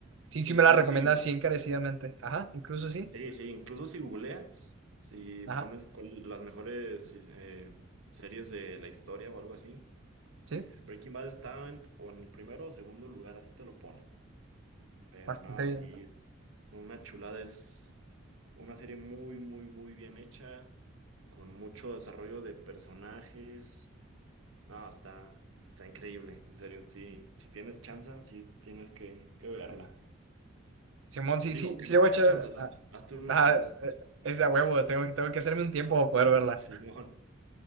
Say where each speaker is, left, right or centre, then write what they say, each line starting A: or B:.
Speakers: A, on the right; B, on the right.
A: Sí, sí
B: incluso
A: me la recomienda
B: si
A: así encarecidamente. Ajá, incluso sí.
B: Sí, sí, incluso si googleas, si
A: Ajá,
B: pones cuál- las mejores eh, series de la historia o algo así,
A: sí.
B: es Breaking Bad está en, o en el primero o segundo lugar, así te lo ponen. Pero
A: Bastante
B: no,
A: bien.
B: sí,
A: ¿no?
B: es una chulada, es una serie muy, muy, muy bien hecha, con mucho desarrollo de personajes. No, está, está increíble, en serio, sí, si tienes chance, sí tienes que, que verla.
A: Simón, sí,
B: Digo,
A: sí,
B: aunque
A: sí
B: no
A: le
B: tengas
A: voy a echar.
B: chance, haz-
A: ah,
B: hazte una
A: Ajá,
B: chance.
A: eh, es de a huevo. Tengo, tengo que hacerme un tiempo para poder verla.
B: <laughs> Simón.